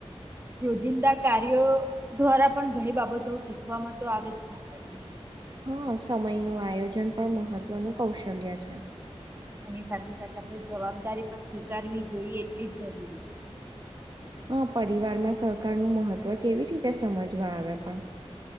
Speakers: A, on the right (about 20°); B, on the right (about 45°).
A: રોજિંદા કાર્યો દ્વારા પણ ઘણી બાબતો શીખવામાં તો આવે છે <inaudible> <inaudible>
B: હા સમય નું આયોજન પણ મહત્વનું કૌશલ્ય છે
A: એની સાથે સાથે આપણે જવાબદારી પણ સ્વીકારવી જોઈએ એટલી જ જરૂરી
B: હા પરિવારમાં સહકારનું મહત્વ કેવી રીતે સમજવા આવે પણ